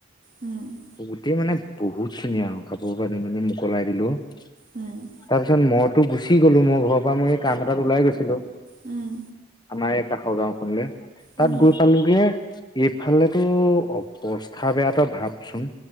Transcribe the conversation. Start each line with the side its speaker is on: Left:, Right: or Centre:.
Right: উম,
Left: গোটেই মানে বহুত ধুনীয়া আৰু কাপোৰ পানি মানে মোকলাই দিলো তাৰপিছত
Right: উম।
Left: মইতো গুচি গলো মোৰ ঘৰৰ পৰা মই এই কাম এটাত ওলাই গৈছিলো
Right: উম,
Left: আমাৰ এই কাষৰ গাওখনলে
Right: উম,
Left: তাত গৈ পালোগে এইফালেতো অৱস্থা কথা ভাবচোন